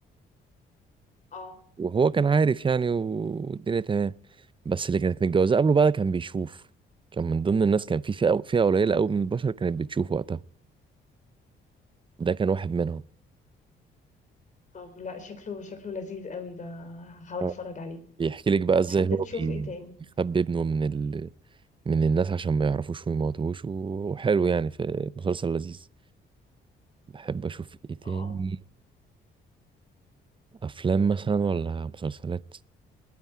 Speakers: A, on the left; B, on the right.
A: اه
B: وهو كان عارف يعني والدنيا تمام بس اللي كانت متجوزة قبله بقى كان بيشوف كان من ضمن الناس كان في فئة فئة قليلة قوي من البشر كانت بتشوف وقتها ده كان واحد منهم
A: طب لا شكله شكله لذيذ قوي ده هحاول
B: اه
A: اتفرج عليه
B: بيحكي لك بقى ازاي
A: بتحب
B: هو
A: تشوف
B: بي-
A: ايه تاني
B: بيخبي ابنه من ال... من الناس عشان ما يعرفوش ويموتوهوش و- وحلو يعني في مسلسل لذيذ بحب اشوف ايه تاني
A: اه
B: افلام مثلا ولا مسلسلات